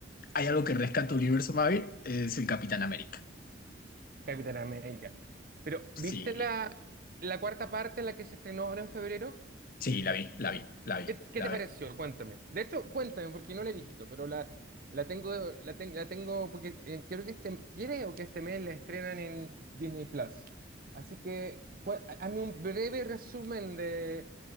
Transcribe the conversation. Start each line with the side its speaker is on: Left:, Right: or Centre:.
Left: hay algo que rescata el Universo Marvel, es el Capitán América.
Right: Capitán América. Pero,
Left: Sí,
Right: ¿viste la, la cuarta parte, la que se estrenó ahora en febrero?
Left: Sí, la vi, la vi, la vi,
Right: ¿Qué, qué
Left: la
Right: te pareció?
Left: vi.
Right: Cuéntame. De hecho, cuéntame, porque no la he visto, pero la, la tengo, la, ten- la tengo, porque eh, quiero que este, quiero que este mes la estrenan en Disney Plus. Así que, cua- hazme un breve resumen de